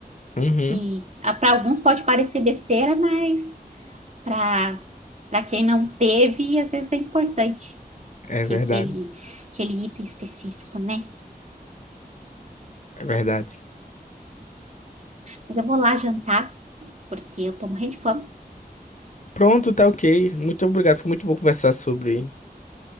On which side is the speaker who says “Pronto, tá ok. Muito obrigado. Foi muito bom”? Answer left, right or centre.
Left